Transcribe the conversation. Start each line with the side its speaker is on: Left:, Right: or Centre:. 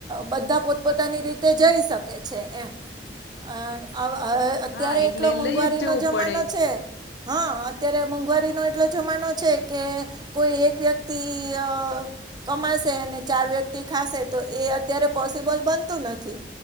Right: બધા પોતપોતાની રીતે જઈ શકે છે એમ અ અ અત્યારે
Left: હા એટલે
Right: એટલો મોંઘવારીનો
Left: લઈ જ જવું
Right: જમાનો
Left: પડે
Right: છે હા અત્યારે મોંઘવારીનો એટલો જમાનો છે કે કોઈ એક વ્યક્તિ અ કમાશે અને ચાર વ્યક્તિ ખાશે તો એ અત્યારે પોસિબલ બનતું નથી